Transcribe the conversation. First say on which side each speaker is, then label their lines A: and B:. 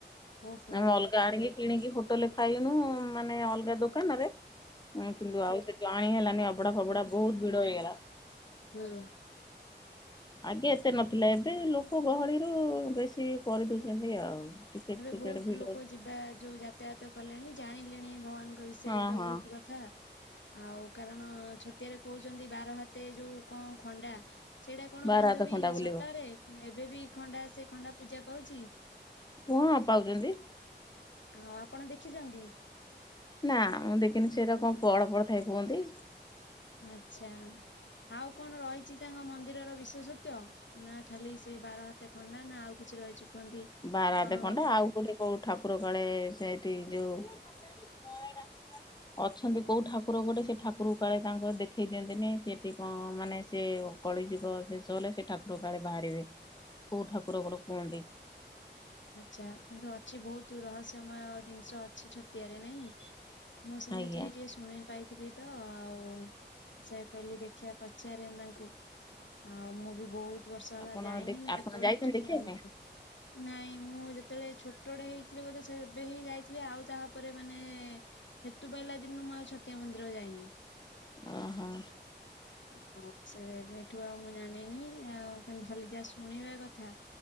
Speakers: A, on the left; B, on the left.
A: ଓହୋ
B: ଆମେ ଅଲଗା ଆଣିକି କିଣିକି ହୋଟେଲ ଖାଇନୁ ମାନେ ଅଲଗା ଦୋକାନରେ ହଁ କିନ୍ତୁ ଆଉ ସେଠୁ ଆଣି ହେଲାନି ଅଭଡା ଫବଡା ବହୁତ ଭିଡ ହେଇଗଲା।
A: ହୁଁ।
B: ଆଗେ ଏତେ ନଥିଲା, ଏବେ ଲୋକ ଗହଳିରୁ ବେଶୀ କରିଦଉଛନ୍ତି ଆଉ। ଟିକେଟ
A: ଏବେ
B: ଫିକେଟ
A: ବହୁତ
B: ଭିଡ
A: ଲୋକ ଯିବା ଯୋଉ ଯାତାୟାତ କଲେଣି ଜାଣିଲେଣି ଭଗବାନଙ୍କ ବିଷୟରେ
B: ହଁ
A: ତ
B: ହଁ
A: ବହୁତ କଥା, ଆଉ କାରଣ ଛତିଆରେ କହୁଛନ୍ତି ବାର ହାତେ ଯୋଉ କଣ ଖଣ୍ଡା ସେଇଟା କଣ
B: ବାର
A: ବାନ୍ଧବୀ
B: ହାତ ଖଣ୍ଡା ବୁଲିବ
A: ସତରେ ଏବେ ବି ଖଣ୍ଡା ସେ ଖଣ୍ଡା ପୂଜା ପାଉଛି।
B: ହଁ ପାଉଛନ୍ତି।
A: ଆଉ ଆପଣ ଦେଖିଛନ୍ତି?
B: ନା ମୁଁ ଦେଖିନି, ସେରା କଣ ପହଡ ପଡିଥାଏ କୁହନ୍ତି।
A: ଆଚ୍ଛା ଆଉ କଣ ରହିଛି ତାଙ୍କ ମନ୍ଦିରର ବିଶେଷତ୍ୱ? ନା ଖାଲି ସେଇ ବାର ହାତ ଖଣ୍ଡା ନା ଆଉ କିଛି ରହିଛି କୁହନ୍ତି
B: ବାରାଦେ
A: କଣ
B: ଖଣ୍ଡା ଆଉ କୋଉଠି କୋଉ ଠାକୁର କାଳେ ସେଠି ଯୋଉ
A: <inaudible>
B: ଅଛନ୍ତି କୋଉ ଠାକୁର ଗୋଟେ ସେ ଠାକୁର କାଳେ ତାଙ୍କ ଦେଖେଇ ଦିଅନ୍ତିନି, ସେଠି କଣ ମାନେ ସେ କଳିଯୁଗ ଶେଷ ହେଲେ ସେ ଠାକୁର କାଳେ ବାହାରିବେ, କୋଉ ଠାକୁର ଗୋଟେ କୁହନ୍ତି।
A: ଆଚ୍ଛା କିନ୍ତୁ ଅଛି ବହୁତ ରହସ୍ୟମୟ ଜିନିଷ ଅଛି, ଛତିଆରେ ନାଇଁ। ମୁଁ ସେମିତି
B: ଆଜ୍ଞା
A: ଟିକେ ଟିକେ ଶୁଣି ପାଇଥିଲି ତ ଆଉ ସେଆ କୁ କହିଲି ଦେଖିଆ ପଚାରେ ତାଙ୍କୁ ଆଉ ମୁଁ ବି ବହୁତ ବର୍ଷ ହେଲା
B: ଆପଣ
A: ଯାଇନି, ମୁଁ
B: ଆପଣ
A: କେତେବେଳେ
B: ଯାଇଛନ୍ତି
A: ଛୋଟଟେ
B: ଦେଖିବା
A: ହେଇଥିଲି,
B: ପାଇଁ?
A: ନାଇଁ। ମୁଁ ଯେତେବେଳେ ଛୋଟଡେ ହେଇଥିଲି ବୋଧେ ସେବେ ହିଁ ଯାଇଥିଲି ଆଉ ତାପରେ ମାନେ ହେତୁ ପାଇଲା ଦିନରୁ ମୁଁ ଆଉ ଛତିଆ ମନ୍ଦିର ଯାଇନି।
B: ଓହୋ।
A: <unintelligible> ହଉ ସେବେଠୁ ଆଉ ମୁଁ ଜାଣିନି ଆଉ କିନ୍ତୁ ଖାଲି ଯାହା ଶୁଣିବା କଥା